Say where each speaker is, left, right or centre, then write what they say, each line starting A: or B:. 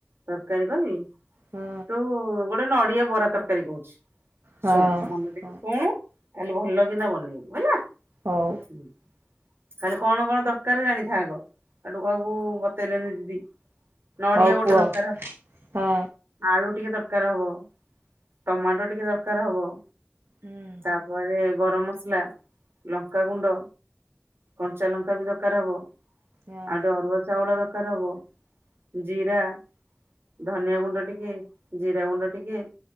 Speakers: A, on the right; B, on the right.
A: ତରକାରୀ କହିବି
B: ହଁ
A: ତୁ ଗୋଟେ ନଡିଆ ବରା ତରକାରୀ କହୁଚି।
B: ହଁ
A: ଶୁଣୁ ମନେ ଦେକି
B: ହଁ
A: ଶୁଣୁ ତାହଲେ ଭଲ କିିନା ବନେଇବୁ ହେଲା।
B: ହଉ।
A: ହୁଁ। ଖାଲି କଣ କଣ ଦରକାର ଜାଣିଥା ଆଗ ହେଠୁ କହିବୁ ବତେଇଲେନି ଦିଦି। ନଡିଆ
B: ହଉ
A: ଗୋଟେ
B: କୁହ
A: ଦରକାରେ।
B: ହଁ
A: ଆଳୁ ଟିକେ ଦରକାର ହବ, ଟମାଟୋ ଟିକେ ଦରକାର ହବ।
B: ହୁଁ
A: ତାପରେ ଗରମ ମସଲା। ଲଙ୍କାଗୁଣ୍ଡ କଞ୍ଚା ଲଙ୍କା ବି ଦରକାର ହବ
B: ହଁ।
A: ଆଉ ଗୋଟେ ଅରୁଆ ଚାଉଳ ଦରକାର ହବ ଜିରା। ଧନିଆ ଗୁଣ୍ଡ ଟିକେ ଜିରା ଗୁଣ୍ଡ ଟିକେ।